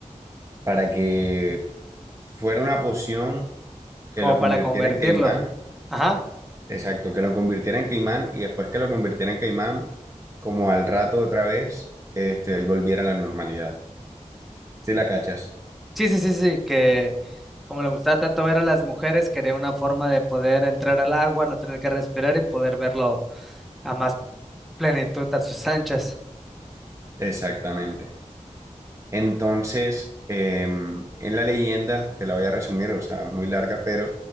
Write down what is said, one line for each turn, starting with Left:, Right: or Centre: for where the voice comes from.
Right: para que fuera una poción que
Centre: como
Right: lo convirtiera
Centre: para convertirlo.
Right: en caimán,
Centre: Ajá.
Right: exacto, que lo convirtiera en caimán y después que lo convirtiera en caimán, como al rato otra vez, este, él volviera a la normalidad. ¿Sí la cachas?
Centre: Sí, sí, sí, sí, que como le gustaba tanto ver a las mujeres, quería una forma de poder entrar al agua, no tener que respirar y poder verlo a más plenitud a sus anchas.
Right: Exactamente. Entonces, eh, en la leyenda, te la voy a resumir, o sea, es muy larga, pero